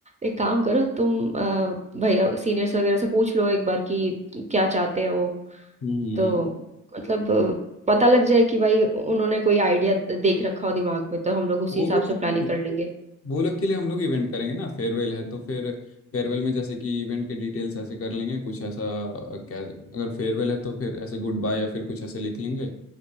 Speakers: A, on the right; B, on the left.
A: एक काम करो तुम अ, भैया सीनियर्स वगैरह से पूछ लो एक बार कि क्या चाहते हैं वो
B: हम्म
A: तो मतलब अ, पता लग जाए कि भाई उन्होंने कोई आइडिया देख रखा हो दिमाग में तो हम लोग उसी
B: वो
A: हिसाब
B: लोग
A: से
B: से-
A: प्लानिंग कर लेंगे
B: वो लोग के लिए हम लोग इवेंट करेंगे ना फेयरवेल है तो फिर फेयरवेल में जैसे कि इवेंट के डिटेल्स ऐसे कर लेंगे कुछ ऐसा अ, क्या अगर फेयरवेल है तो फिर ऐसे गुड बाय या फिर कुछ ऐसे लिख लेंगे